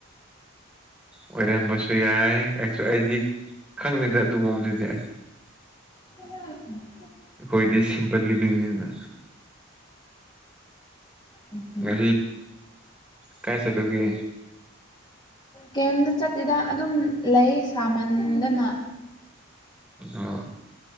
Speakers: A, in the centre; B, on the left.
A: ꯑꯣꯏꯔꯝꯕꯁꯨ ꯌꯥꯏ ꯀꯁꯨ ꯑꯩꯗꯤ ꯈꯪꯅꯤꯗ ꯑꯗꯨꯒꯨꯝꯕꯗꯨꯗꯤ
B: <inaudible>
A: ꯑꯩꯈꯣꯏꯗꯤ ꯁꯤꯝꯄꯜ ꯂꯤꯕꯤꯡꯅꯤꯅ
B: ꯎꯝ
A: ꯉ ꯀꯥꯏ ꯆ ꯇꯧꯒꯦ
B: ꯀꯦꯝꯗ ꯆꯠꯇꯂꯤꯗ ꯑꯗꯨꯝ ꯂꯩ ꯁꯥꯃꯟꯗꯅ
A: ꯑ